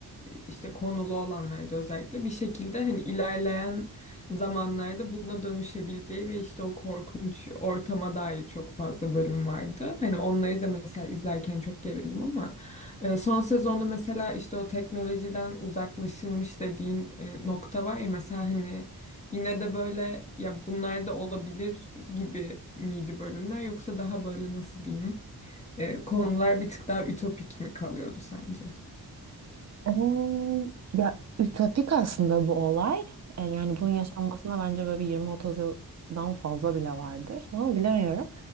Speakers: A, on the left (about 20°); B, on the right (about 45°).
A: e, işte konulu olanlarda özellikle bir şekilde hani ilerleyen zamanlarda buna dönüşebileceği ve işte o korkunç ortama dair çok fazla bölüm vardı. Hani onları da mesela izlerken çok gerildim ama e, Son sezonda mesela işte o teknolojiden uzaklaşılmış dediğim e, nokta var ya mesela hani yine de böyle ya bunlar da olabilir gibi miydi bölümler yoksa daha böyle nasıl diyeyim e, konular bir tık daha ütopik mi kalıyordu sence?
B: Eee, Ya ütopik aslında bu olay. E, Yani bunun yaşanmasına bence böyle bir 20-30 yıldan fazla bile vardır. Onu bilemiyorum.